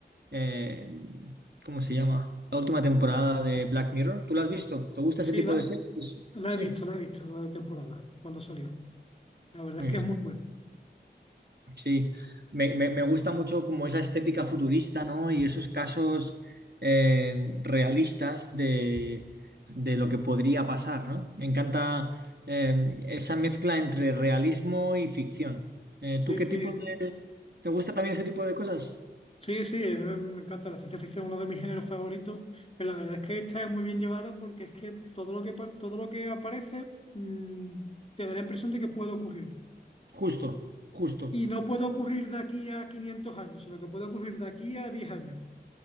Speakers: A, on the right (about 60°); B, on the left (about 30°).
A: eh, ¿cómo se llama? La última temporada de Black Mirror. ¿Tú la has visto? ¿Te gusta
B: Sí,
A: ese tipo
B: la,
A: de series?
B: la
A: Sí,
B: he visto, la he visto, la de temporada, cuando salió. La verdad
A: muy
B: es que
A: bien.
B: es muy buena.
A: Sí, me, me- me gusta mucho como esa estética futurista, ¿no? Y esos casos eh, realistas de, de lo que podría pasar, ¿no? Me encanta eh, esa mezcla entre realismo y ficción. Eh,
B: Sí,
A: ¿tú qué
B: sí,
A: tipo de... ¿Te gusta también ese tipo de cosas?
B: sí, sí, a mí me, me encanta la ciencia ficción, uno de mis géneros favoritos, pero la verdad es que esta es muy bien llevada porque es que todo lo que, pa- todo lo que aparece mm, te da la impresión de que puede ocurrir.
A: Justo, justo.
B: Y no puede ocurrir de aquí a 500 años, sino que puede ocurrir de aquí a 10 años.